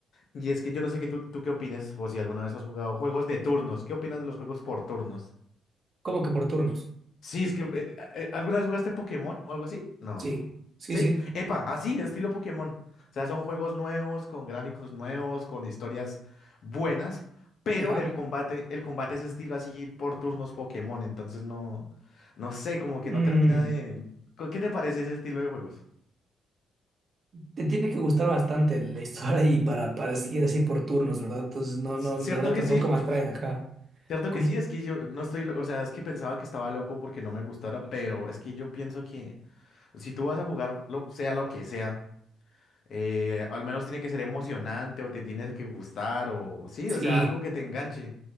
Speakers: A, on the left (about 60°); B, on the right (about 45°).
A: Y es que yo no sé qué tú, tú qué opines, o si alguna vez has jugado juegos de turnos. ¿Qué opinas de los juegos por turnos?
B: Como que por turnos.
A: Sí, es que eh, eh, ¿alguna vez jugaste Pokémon o algo así? No.
B: Sí, sí,
A: ¿Sí?
B: sí,
A: Epa, así, estilo Pokémon. O sea, son juegos nuevos, con gráficos nuevos, con historias buenas, pero
B: ya.
A: el combate, el combate es estilo así por turnos Pokémon. Entonces no, no sé, como que
B: Mm,
A: no termina de. ¿Qué te parece ese estilo de juegos?
B: Te tiene que gustar bastante la historia y para, para seguir así por turnos, ¿verdad? Entonces, no,
A: ¿Cierto
B: no, la verdad
A: que
B: tampoco
A: sí?
B: me atrae, ajá.
A: Cierto
B: ¿Cómo?
A: que sí, es que yo no estoy, lo- o sea, es que pensaba que estaba loco porque no me gustara, pero es que yo pienso que si tú vas a jugar, lo, sea lo que sea, eh, al menos tiene que ser emocionante o te tienes que gustar o sí,
B: Sí,
A: o sea, algo que te enganche.